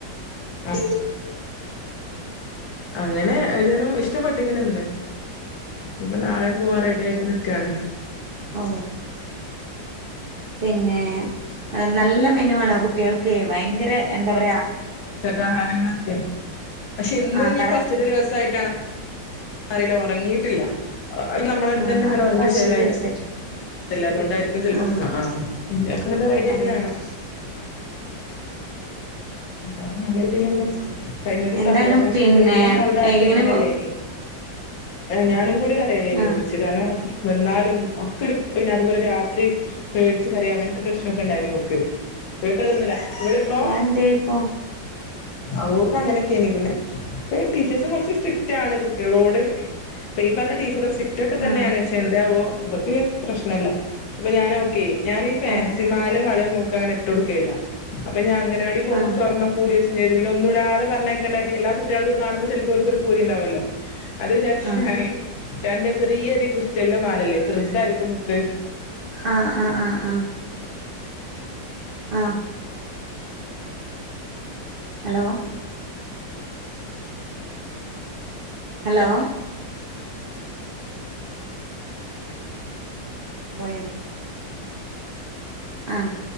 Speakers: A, on the left; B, on the right.
A: ആ അങ്ങനെ ഏതാലും ഇഷ്ടപ്പെട്ടുക്ക്ണ് ഇന്ന് ഇപ്പൊ നാളെയും പോവാൻ റെഡി ആയിട്ട് നിക്കാണ്
B: ഓ പിന്നെ നല്ല മെനു ആണ് കുട്ടികൾക്കെ ഭയങ്കര എന്താ പറ
A: പോഷകാഹാരങ്ങളൊക്കെ പക്ഷെ ഇന്നും
B: ആ
A: നീ
B: കറക്
A: ഫസ്റ്ററ്റ് ദിവസയിട്ടാണോ അറിയില്ല ഒറങ്ങിയിട്ടില്ല ആ നമ്മളടുത്ത്
B: ആ
A: തന്നെ <unintelligible>
B: അത്
A: ഒറങ്ങി
B: ഫസ്റ്റ്ത്തെ
A: <unintelligible>
B: ദിവസായിട്ട്
A: <unintelligible>
B: ആ അതെ
A: <unintelligible>
B: ആ എന്തായാലും
A: സന്തോഷം. പക്ഷെ
B: പിന്നെ
A: എന്റെ വെല്ല്യ മോളതായപ്പോ
B: എങ്ങനെ
A: ഇങ്ങനെയല്ലേനി?
B: പോ
A: ഞാനും കൂടി കരയലായിനു
B: ആ
A: ഒരുമിച്ച് കാരണം വന്നാലും ഒക്കെ ഒരു പിന്നെ അതുപോലെ രാത്രി പേടിച്ച് കരയും. അങ്ങനത്തെ പ്രശ്നൊക്കെ ഉണ്ടായിനു ഓക്ക്. ഇവക്കതൊന്നും ഇല്ല. ഇവളിപ്പം
B: എന്തേ ഇപ്പൊ
A: അ ഒക്കെ അങ്ങനൊക്കെയാ <unintelligible> പിന്നെ ടീച്ചേഴ്സും കുറച്ച് സ്ട്രിക്റ്റ് ആണ് കുട്ടികളോട് ഇപ്പ ഈ പറഞ്ഞ ടീച്ചറും സ്ട്രിക് ഇതൊക്ക തന്നെയാണ്
B: ആ
A: ശെന്താവോ? ഇവക്ക് പ്രശ്നം ഇല്ല. അപ്പൊ ഞാൻ ഓക്കെയായി. ഞാൻ ഈ ഫാൻസിമാലേം
B: ഓ
A: വളേം നോ അവക്ക് അങ്ങനെ ഇട്ട് കൊടുക്കയില്ല അപ്പൊ ഞാൻ <unintelligible> പോവുമ്പോ
B: ആ
A: സ്വർണ്ണൊക്കെ ഊരിവെച്ച് ഏതു പിന്നൊന്നുടാതെ പറഞ്ഞേക്കണ്ട കരുതി എല്ലാ കുട്ടികളെതും കാണുമ്പോൾ ചിലപ്പോ ഒരു പൂതിണ്ടാവല്ലോ അത് വിചാരിച്ച്
B: ആ
A: ഞാന് രണ്ട് ചെറിയൊരു ക്രിസ്റ്റലിൻ്റെ മാലല്ലേ? ചെറുതായിരിക്കും മുത്ത്.
B: ആ ആ ആ ആ ആ ഹലോ ഹലോ പോയോ അ